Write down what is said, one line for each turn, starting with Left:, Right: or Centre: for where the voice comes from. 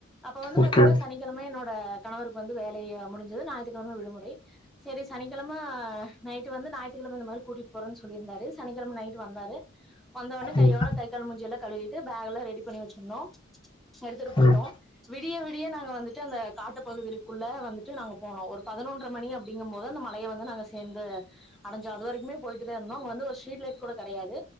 Centre: அப்ப வந்து பாத்தீங்கன்னா
Left: ஓகே
Centre: சனிக்கிழம என்னோட கணவருக்கு வந்து வேலையை முடிஞ்சுருது ஞாயித்துக்கிழம விடுமுறை சேரி சனிக்கிழம நைட்டு வந்து ஞாயிற்றுக்கிழம இந்த மாறி கூட்டிட்டு போறோன்னு சொல்லிருந்தாரு சனிக்கிழம நைட்டு வந்தாரு வந்தவுடனே கையோட
Left: ம்
Centre: கை கால் மூஞ்சி எல்லாம் கழுவிட்டு பேக் எல்லாம் ரெடி பண்ணி வச்சிருந்தோம் ஃபர்தர் போயுட்டோம்
Left: ம்
Centre: விடிய விடிய நாங்க வந்துட்டு அந்த காட்டு பகுதிகுள்ள வந்துட்டு நாங்க போனோம் ஒரு பதினொன்ற மணி அப்படி ப்டிங்கும் போது அந்த மலையை வந்து நாங்க சேந்து அடைஞ்சோம் அது வரைக்குமே போயிட்டு தான் இருந்தோம் வந்து ஒரு ஸ்ட்ரீட் லைட் கூட கிடையாது